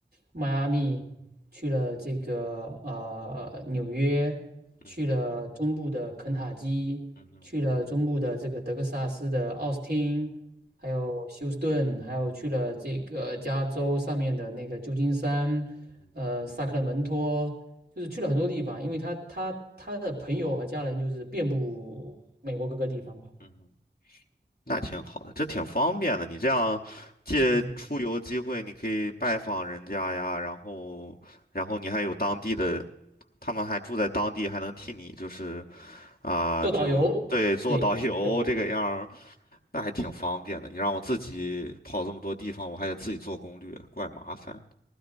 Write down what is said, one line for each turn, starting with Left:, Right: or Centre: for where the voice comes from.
Right: 迈阿密，去了这个呃纽约，去了中部的肯塔基，
Left: 嗯哼，嗯哼，
Right: 去了中部的这个德克萨斯的奥斯汀，还有休斯顿，还有去了这个加州上面的那个旧金山，
Left: 嗯哼，
Right: 呃萨克拉门托。就是去了很多地方，因为他他他的朋友和家人就是遍布美国各个地方吧。
Left: 嗯哼，那挺好的，这挺方便的。你这样借出游机会，
Right: 嗯。
Left: 你可以拜访人家呀，然后，然后你还有当地的，他们还住在当地，还能替你就是啊、
Right: 做导游，
Left: 就对，
Right: 嗯对对
Left: 做导游这个样儿那还挺方便的。你让我自己跑这么多地方，我还得自己做攻略，怪麻烦的。